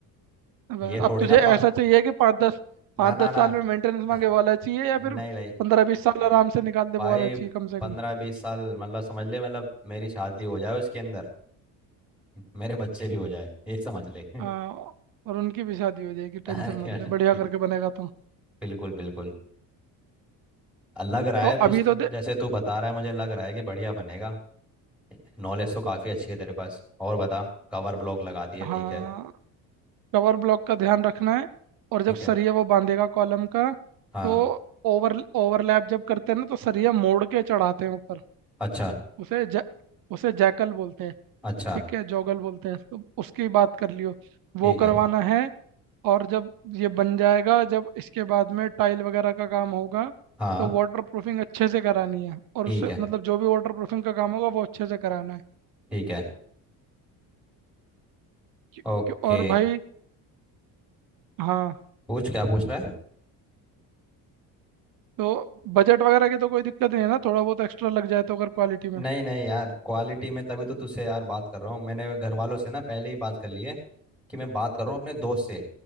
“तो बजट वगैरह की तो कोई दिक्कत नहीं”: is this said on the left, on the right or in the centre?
Right